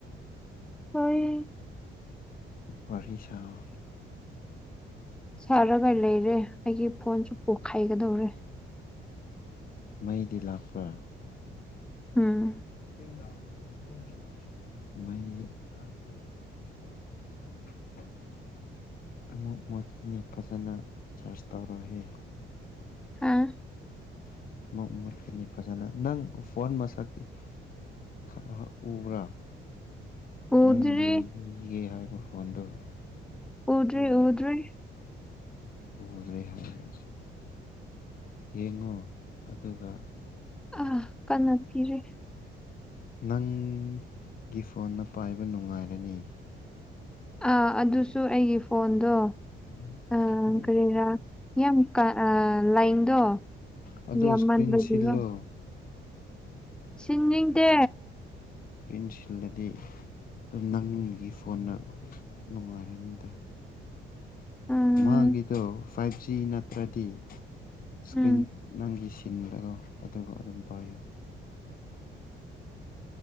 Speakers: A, in the centre; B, on the left.
A: ꯍꯣꯏ
B: ꯋꯥꯔꯤꯁꯥꯎ
A: ꯁꯥꯔꯒ ꯂꯩꯔꯦ ꯑꯩꯒꯤ ꯐꯣꯟꯁ‌ꯦ ꯄꯣꯛꯈꯥꯏꯒꯗꯧꯔꯦ
B: ꯃꯩꯗꯤ ꯂꯥꯛꯄ
A: ꯎꯝ
B: <unintelligible> <unintelligible> ꯑꯃꯨꯛ ꯃꯣꯠꯀꯅꯤ ꯐꯖꯅ ꯆꯥꯔꯁ ꯇꯧꯔꫭꯍꯦ
A: ꯍꯥꯥ <unintelligible>
B: ꯑꯁ <unintelligible> ꯑꯃꯨꯛ ꯃꯨꯠꯀꯅꯤ ꯐꯖꯅ ꯅꯪ ꯐꯣꯟ ꯃꯁꯛꯇꯤ UNINTELLIGIBLE ꯎꯕ꯭ꯔꯥ
A: ꯎꯗ꯭ꯔꯤ
B: ꯅꯪ ꯂꯩꯒꯦ ꯍꯥꯏꯕ ꯐꯣꯟꯗꫭ
A: ꯎꯗ꯭ꯔꯤ
B: ꯎ
A: ꯎꯗ꯭ꯔꯤ
B: ꯎꯔꯦ ꯍꯥꯏꯔ ꯌꯦꯡꯉꯨ ꯑꯗꯨꯒ
A: ꯑꯥ ꯀꯥꯟꯅ ꯄꯤꯔꯦ
B: ꯅꯪꯒꯤ ꯐꯣꯟꯅ ꯄꯥꯏꯕ ꯅꯨꯡꯉꯥꯏꯔꯅꯤ
A: ꯑꯥ ꯑꯗꯨꯁꯨ ꯑꯩꯒꯤ ꯐꯣꯟꯗꯣ
B: <inaudible>
A: ꯑ ꯀꯔꯤꯔꯥ ꯌꯥꯝ ꯀꯥ ꯑꯥ ꯂꯥꯏꯟꯗꯣ
B: ꯑꯗꯣ
A: ꯌꯥꯝꯃꯟꯕꯒꯤꯔꯣ
B: ꯏꯁꯀ꯭ꯔꯤꯟ ꯁꯤꯜꯂꯣ
A: ꯁꯤꯡꯅꯤꯡꯗꯦ
B: ꯏꯟ ꯁꯤꯜꯂꯗꯤ ꯑꯗꯨꯝ ꯅꯪꯒꯤ ꯐꯣꯟꯅ ꯅꯨꯡꯉꯥꯏꯔꯅꯤꯗ
A: ꯎꯝ
B: ꯃꯥꯒꯤꯗꯣ ꯐꯥꯏꯚ ꯖꯤ ꯅꯠꯇ꯭ꯔꯗꯤ ꯏꯁꯀ꯭ꯔꯤꯟ
A: ꯎꯝ
B: ꯅꯪꯒꯤꯁꯤ ꯁꯤꯟꯒꯅꫭ ꯑꯗꯨꯒ ꯑꯗꯨꯝ ꯄꯥꯏꯌꯣ